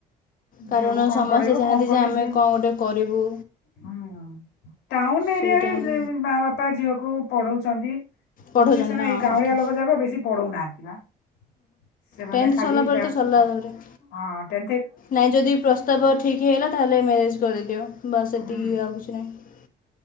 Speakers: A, on the left; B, on the left.
A: କାରଣ
B: ଝିଅକୁ କଣ
A: ସମସ୍ତେ
B: ପଢ଼େଇବ
A: ଚାହାନ୍ତି
B: କଣ କରିବ
A: ଯେ ଆମେ
B: ଝିଅ
A: କ'ଣ ଗୋଟେ କରିବୁ
B: ହୁଁ ଟାଉନ୍ ଏରିଆରେ
A: ସେଇଟା ହିଁ
B: ମା ବାପା ଝିଅ କୁ ପଢ଼ଉଛନ୍ତି
A: ପଢ଼ଉଛନ୍ତି
B: ହଉଛି ସେ ନା
A: ହଁ
B: ଏଇ ଗାଉଁଳିଆ
A: ବାକି
B: ଲୋକ ଯାକ ବେଶୀ ପଢ଼ଉନାହାନ୍ତି। <unintelligible> ସେମାନେ
A: ଟେନ୍ଥ
B: ଖାଲି
A: ସରିଲା ପରେ
B: ଯାହାଅଛି
A: ତ ସରିଲା
B: କଣ
A: ତା'ପରେ
B: ହଁ ଟେ
A: ନାଇଁ ଯଦି ପ୍ରସ୍ତାବ ଠିକ୍ ହେଇଗଲା ତାହେଲେ ମ୍ୟାରେଜ କରିଦିଅ ବାସ୍ ଏତିକି
B: ହୁଁ
A: ଆଉକିଛି ନାହିଁ।